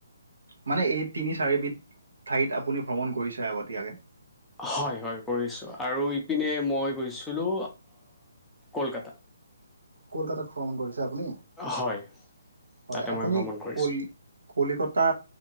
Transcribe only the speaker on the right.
মানে এই তিনি চাৰিবিধ ঠাইত আপুনি ভ্ৰমণ কৰিছে আগতীয়াকৈ
কলকাতাত ভ্ৰমণ কৰিছে আপুনি
হয়
আপুনি
কল কলিকতা